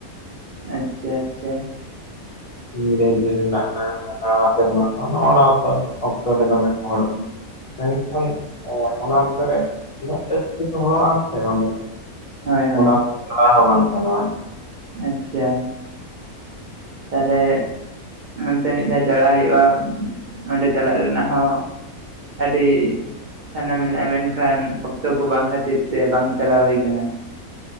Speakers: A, on the right (about 70°); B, on the left (about 50°).
A: ᱟᱪᱪᱟ, ᱟᱪᱪᱟ, ᱾
B: ᱤᱝᱨᱮᱡᱤ ᱨᱮᱱᱟᱜ ᱱᱟᱣᱟ ᱥᱮᱨᱢᱟ ᱠᱚ, ᱱᱚᱜᱼᱱᱟ ᱠᱚ ᱚᱠᱛᱚ ᱨᱮ ᱫᱚᱢᱮ ᱠᱚ ᱦᱚᱲᱚᱜ ᱜᱮᱭᱟ᱾ ᱢᱮᱱᱠᱷᱟᱱ ᱚᱱᱟ ᱚᱠᱛᱚ ᱨᱮ, ᱩᱱᱟᱹᱜ ᱡᱟᱹᱥᱛᱤ ᱠᱚ ᱦᱚᱲᱚᱜ ᱟᱥᱮ ᱚᱸᱰᱮ
A: ᱦᱳᱭ ᱦᱳᱭ
B: ᱚᱱᱟ ᱚᱠᱛᱚ ᱪᱟᱞᱟᱣ ᱦᱚᱸ ᱵᱟᱝ ᱥᱟᱱᱟᱣᱟ᱾
A: ᱟᱪᱪᱟ ᱛᱟᱦᱟᱞᱮ ᱚᱱᱛᱮ ᱢᱤᱫ ᱫᱷᱟᱣ ᱪᱟᱞᱟᱜ ᱦᱳᱭᱳᱜᱼᱟ, ᱚᱸᱰᱮ ᱪᱟᱞᱟᱜ ᱨᱮᱱᱟᱜ ᱦᱚᱸ, ᱟᱹᱰᱤ ᱥᱟᱱᱟ ᱢᱮᱱᱟᱜᱼᱟ, ᱢᱮᱱᱠᱷᱟᱱ ᱚᱠᱛᱚ ᱠᱚ ᱵᱟᱝ ᱠᱷᱟᱹᱛᱤᱨ ᱛᱮ, ᱵᱟᱝ ᱪᱟᱞᱟᱣ ᱦᱳᱭ ᱠᱟᱱᱟ᱾